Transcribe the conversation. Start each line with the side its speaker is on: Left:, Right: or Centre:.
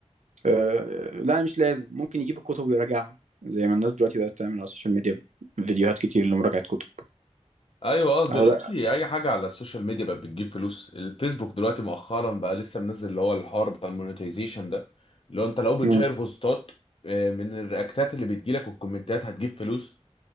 Right: أه... لا مش لازم ممكن يجيب الكتب ويراجعها زي ما الناس دلوقتي بقت تعمل على السوشيال ميديا فيديوهات كتير لمراجعه كتب
Left: ايوه اه
Right: اهو
Left: دلوقتي
Right: ده
Left: اي حاجه على السوشيال ميديا بقت بتجيب فلوس الفيسبوك دلوقتي مؤخرا بقى لسه منزل اللي هو الحوار بتاع المونetization ده اللي هو انت لو بتشير
Right: مم.
Left: بوستات آه، من الرياكتات اللي بتجيلك والكومنتات هتجيب فلوس